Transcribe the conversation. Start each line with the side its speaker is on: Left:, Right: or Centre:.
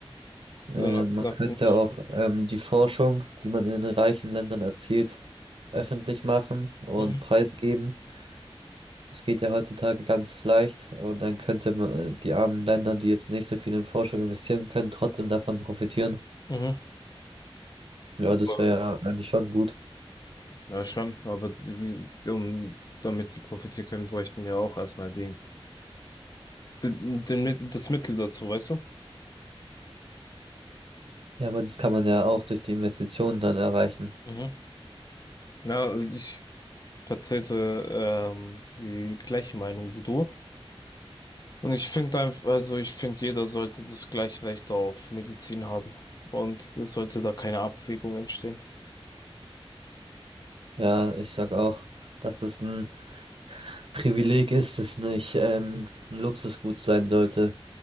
Left: So,
Right: Ähm,
Left: nach,
Right: man
Left: nach
Right: könnte
Left: den,
Right: auch ähm, die Forschung, die man in den reichen Ländern erzielt, öffentlich machen und
Left: mhm.
Right: preisgeben. Das geht ja heutzutage ganz leicht und dann könnte man äh, die armen Länder, die jetzt nicht so viel in Forschung investieren können, trotzdem davon profitieren.
Left: Mhm.
Right: Ja,
Left: Aber-
Right: das wäre ja eigentlich schon gut.
Left: Ja, schon. Aber die, wie- um, damit die profitieren können, bräuchten ja auch erstmal Ding. Den, den, Mi- das Mittel dazu, weißt du?
Right: Ja, aber das kann man ja auch durch die Investitionen dann erreichen.
Left: Mhm. Ja, ich vertrete ähm, die gleiche Meinung wie du. Und ich finde einfach, also ich finde, jeder sollte das gleiche Recht auf Medizin haben. Und es sollte da keine Abwägung entstehen.
Right: Ja, ich sag auch, dass es ein Privileg ist, das nicht ähm, ein Luxusgut sein sollte.